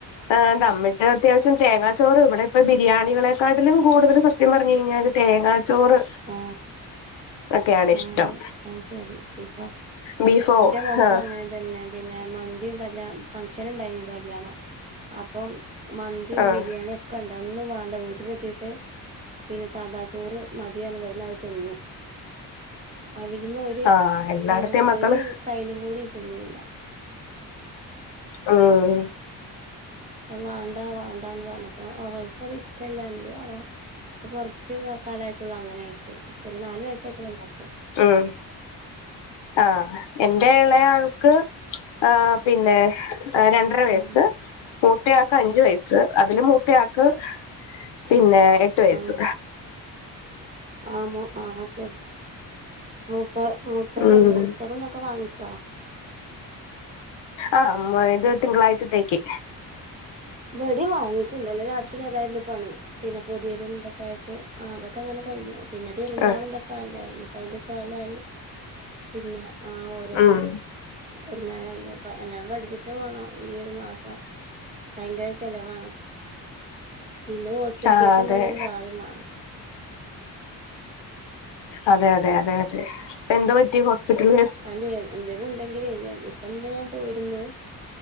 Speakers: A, on the left; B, on the right.
A: ആഹ് ദംമ്മിട്ട് അത്യാവശ്യം തേങ്ങാച്ചോറ് ഇവിടെ ഇപ്പ ബിരിയാണികളെ ക്കാട്ടിലും കൂടുതൽ സത്യം പറഞ്ഞ്കഴിഞ്ഞാല് തേങ്ങാച്ചോറ്
B: ആ
A: ഒക്കെയാണ്
B: ആ
A: ഇഷ്ടം
B: അതെ ആ ശരി ഇപ്പൊ
A: ബീഫോ
B: ന്റെ മോക്കും
A: ആഹ്
B: അങ്ങനെ തന്നെ പിന്നെ മന്തി കല്യ ഫങ്ക്ഷന്ഉണ്ടായി ഇപ്പൊ കല്യാണം അപ് അപ്പം മന്തിയും
A: ആഹ്
B: ബിരിയാണിയൊ ഒക്കണ്ട് ഒന്നും വേണ്ട വീട്ടിലെത്തിട്ട് പിന്നെ സാദാ ചോറ് മാ യാണ് ഇവിടുന്ന് അത് തിന്നു അവിടുന്ന് ഒരു
A: ആഹ് എല്ലായിടത്തെയും
B: ആഹ്
A: മക്കള്
B: ഒരു കയ്യിലും കൂടി തിന്നിയില്ല
A: ആഹ്
B: അത് വേണ്ടാ വേണ്ടാ എന്ന് പറഞ്ഞപ്പ അവൾക്കത് ഇഷ്ടല്ലാ എന്തെയാവോ കുറച്ച് കാലമായിട്ടുള്ളു അങ്ങനൊയിട്ട് ചെറിയ നാല് വയസ്സായിട്ടുള്ളാ മോൾക്ക്
A: ഉം ആഹ് എന്റെ ഇളയാൾക്ക് ആഹ് പിന്നെ രണ്ടര വയസ്സ്
B: ആഹ്
A: മൂത്തയാക്ക് അഞ്ചു വയസ്സ് അതില് മൂത്തയാക്ക് പിന്നെ എട്ട് വയസ്
B: ആഹ് ആഹ് ആഹ് ശരി മൂത്ത മൂത്തര
A: ഉം
B: പുസ്തകങ്ങള് ഒക്കെ വാങ്ങിച്ചോ
A: ആഹ് മൊയ്തു തിങ്കളാഴ്ചത്തേക്ക്
B: വെടി വാങ്ങിച്ചിട്ടുണ്ട് ഇന്നല്ലേ രാത്രി അതായിരുന്നു പണി പിന്നെ പൊതിയലും ഇതൊക്കെയായിട്ട് ആഹ് അതൊക്കെങ്ങനെ കഴിഞ്ഞു പിന്നെ പെരുന്നാളും
A: ആഹ്
B: ഇതക്കെ ആയില്ല ഇനിയിപ്പ അതിന്റെ സവല ആയി പിന്നെ ആഹ് ഓരോന്നും
A: ഉം
B: ഒരുങ്ങാനായില്ലേ ഇപ്പൊ എല്ലാ ബഡ്ജറ്റും വേണം ഈഒരു മാസം ഭയങ്കര ചെലവാണ് പിന്നെ ഹോസ്പിറ്റൽ
A: ആഹ്
B: കേസ്
A: അതെ
B: ഉണ്ടെങ്കിൽ അത് വേറെവേണം
A: അതെ അതെ അതെ അതെ ഇപ്പ എന്താ പറ്റി ഹോസ്പിറ്റല്
B: അല്ലെ എന്തേലും ഉണ്ടെങ്കില് ഇപ്പതന്നെ ഞാൻ പോയിരുന്നു